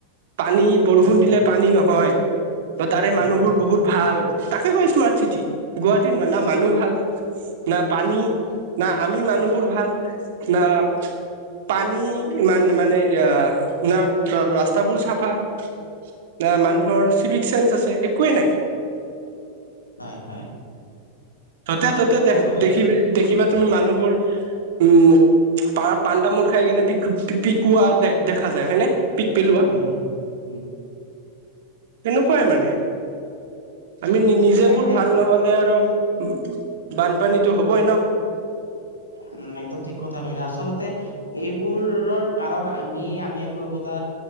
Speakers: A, on the right; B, on the left.
A: পানী বৰষুণ
B: উম
A: দিলে পানী নহয় ত তাৰে
B: উম
A: মানুহবোৰ বহুত ভাল তাকে কয় স্মাৰ্ট চিটি গুৱাহাটীৰয় না মানুহ ভাল না পানী না আমি মানুহবোৰ ভাল ন পানী মান মানে এ না ৰাস্তাবোৰ চাফা ন মানুহৰ চিভিক চেন্ঞ্চ আছে একোৱে নাই
B: হয় হয়
A: ততে ত'তে
B: কি
A: দেখ
B: কবা আৰু
A: দেখিবি দেখিবা তুমি মানুহবোৰ উম পা পাণ তামোল খাই সকাৰণে প পিকোৱা দেখা যায় হয়নেে পিক পেলোৱা
B: উম উম
A: সেনেকুৱাই মানে আমি নিজ
B: উপায়
A: বোৰ
B: নাই
A: ভাল
B: আৰু
A: নহলে আৰু উ বানপানীতো হ'বই ন
B: উম একদম ঠিক কথা কৈছ আচলতে এইবোৰৰ কাৰণ আমি আমি একো একোটা